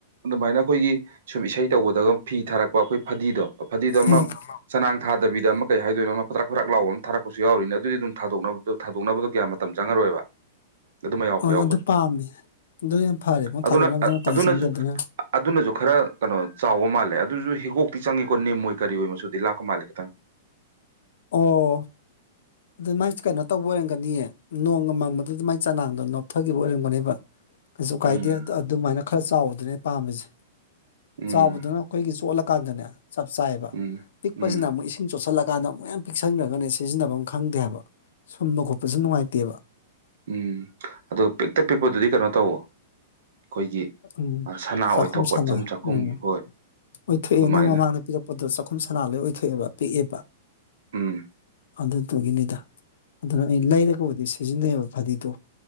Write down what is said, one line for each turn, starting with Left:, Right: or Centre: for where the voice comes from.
Right: ꯑꯗꯨꯃꯥꯏꯅ ꯑꯩꯈꯣꯏꯒꯤ ꯁꯨꯝ ꯏꯁꯩ ꯇꯧꯕꯗꯒ ꯐꯤ ꯊꯥꯔꯛꯄ ꯑꯩꯈꯣꯏ ꯐꯗꯤꯗꯣ ꯐꯗꯤꯗꯣ ꯑꯃ
Left: ꯎꯝ
Right: ꯆꯅꯥꯡ ꯊꯥꯗꯕꯤꯗ ꯑꯃ ꯀꯩ ꯍꯥꯏꯗꯣꯏꯅꯣ ꯑꯃ ꯐꯗ꯭ꯔꯥꯛ ꯐꯊꯔꯥꯛ ꯂꯥꯎꯕ ꯑꯃ ꯊꯥꯔꯛꯄꯁꯨ ꯌꯥꯎꯔꯤꯅꯦ ꯑꯗꯨꯗꯤ ꯑꯗꯨꯝ ꯊꯥꯗꯣꯛꯅꯕꯗ ꯊꯥꯗꯣꯛꯅꯕꯗꯣ ꯀꯌꯥ ꯃꯇꯝ ꯆꯪꯉꯔꯣꯏꯕ ꯑꯗꯨꯃ ꯌꯥꯎꯔꯛꯄ
Left: ꯑꯥ
Right: ꯌꯥꯎꯕꯅꯦ
Left: ꯑꯗꯨ ꯄꯥꯝꯃꯦ ꯑꯗꯨꯅ ꯍꯦꯟꯅ ꯐꯔꯦ
Right: ꯑꯗꯨꯅ
Left: ꯊꯥꯗꯣꯛꯅꯕꯗ ꯃꯇꯝ
Right: ꯑꯗꯨꯅꯁꯨ
Left: ꯆꯪꯗꯔꯗꯨꯅ
Right: ꯑꯗꯨꯅꯁꯨ ꯈꯔ ꯀꯩꯅꯣ ꯆꯥꯎꯕ ꯃꯥꯜꯂꯦ ꯑꯗꯨꯁꯨ ꯍꯤꯒꯣꯛꯇꯤ ꯆꯪꯉꯤ ꯅꯤꯝ ꯑꯣꯏ ꯀꯔꯤ ꯑꯣꯏ ꯃꯆꯨꯗꯤ ꯂꯥꯛꯀ ꯃꯥꯜꯂꯤ ꯈꯤꯇꯪ
Left: ꯑꯣ ꯑꯗꯨ ꯃꯥꯏꯁ ꯀꯩꯅꯣ ꯇꯧꯕ ꯑꯣꯏꯔꯝꯒꯅꯤꯌꯦ ꯅꯣꯡꯃ ꯃꯪꯕꯗꯨꯗ ꯃꯥꯏ ꯆꯅꯥꯡꯗꯣ ꯅꯣꯞꯊꯈꯤꯕ ꯑꯣꯏꯔꯝꯒꯅꯦꯕ ꯀꯩꯁꯨ ꯀꯥꯏꯗꯦ
Right: ꯎꯝ
Left: ꯑꯗꯨꯃꯥꯏꯅ ꯈꯔ ꯆꯥꯎꯕꯗꯨꯅꯦ ꯄꯥꯝꯃꯤꯁꯦ
Right: ꯎꯝ
Left: ꯆꯥꯎꯕꯗꯨꯅ ꯑꯩꯈꯣꯏꯒꯤ ꯆꯣꯠꯂꯀꯥꯟꯗꯅꯦ ꯆꯞ ꯆꯥꯏꯑꯦꯕ
Right: ꯎꯝ
Left: ꯄꯤꯛꯄꯁꯤꯅ
Right: ꯎꯝ
Left: ꯑꯃꯨꯛ ꯏꯁꯤꯡ ꯆꯣꯠꯁꯤꯜꯂ ꯀꯥꯟꯗ ꯑꯃꯨꯛ ꯃ ꯄꯤꯛꯁꯟꯈ꯭ꯔꯒꯅꯦ ꯁꯤꯖꯤꯟꯅꯐꯝ ꯑꯃ ꯈꯪꯗꯦ ꯍꯥꯏꯕ ꯁꯨꯝꯕ ꯈꯣꯠꯄꯁꯨ ꯅꯨꯡꯉꯥꯏꯇꯦꯕ
Right: ꯎꯝ ꯑꯣ ꯄꯤꯛꯇ ꯄꯤꯛꯄꯗꯨꯗꯤ ꯀꯩꯅꯣ ꯇꯧꯋ ꯑꯩꯈꯣꯏꯒꯤ
Left: ꯎꯝ
Right: ꯑ ꯁꯅꯥ ꯑꯣꯏꯊꯣꯛꯄ
Left: ꯆꯈꯨꯝ ꯁꯅ
Right: ꯆꯨꯝ ꯆꯥꯛꯈꯨꯝꯒꯤ
Left: ꯎꯝ
Right: ꯍꯣꯏ
Left: ꯍꯣꯏ ꯊꯛꯑꯦ
Right: ꯑꯗꯨꯃꯥꯏꯅ
Left: ꯅꯪ ꯃꯃꯥꯡꯗ ꯄꯤꯔꯛ ꯑꯗꯣ ꯆꯥꯛꯈꯨꯝ ꯁꯅꯥ ꯂꯣꯏ ꯑꯣꯏꯊꯣꯛꯑꯦꯕ ꯄꯤꯛꯑꯦꯕ
Right: ꯎꯝ
Left: ꯑꯗꯨꯗꯨꯒꯤꯅꯤꯗ ꯑꯗꯨꯅ ꯑꯩ ꯂꯩꯔꯒꯕꯨꯗꯤ ꯁꯤꯖꯤꯟꯅꯩꯑꯕ ꯐꯗꯤꯗꯣ